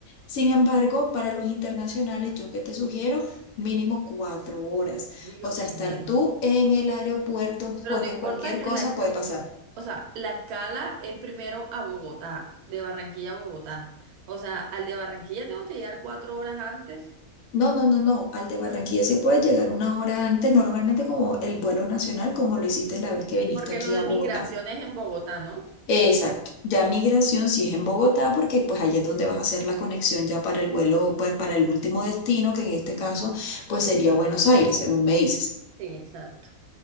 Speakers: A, on the left (about 70°); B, on the right (about 80°).
A: Sin embargo, para los internacionales, yo que te sugiero, mínimo cuatro horas.
B: Dios
A: O sea, estar
B: mío.
A: tú en el aeropuerto
B: Pero
A: porque
B: no importa
A: cualquier
B: que
A: cosa
B: la escala,
A: puede pasar.
B: o sea, la escala es primero a Bogotá, de Barranquilla a Bogotá. O sea, al de Barranquilla tengo que llegar cuatro horas antes,
A: No, no, no, no. Al de Barranquilla se puede llegar una hora antes, normalmente como el vuelo nacional, como lo hiciste la vez que viniste
B: porque
A: aquí
B: lo de
A: a
B: migración
A: Bogotá.
B: es en Bogotá, ¿no?
A: Exacto. Ya migración si es en Bogotá, porque pues allá es donde vas a hacer la conexión ya para el vuelo, pues para el último destino, que en este caso pues sería Buenos Aires, según me dices.
B: Sí, exacto.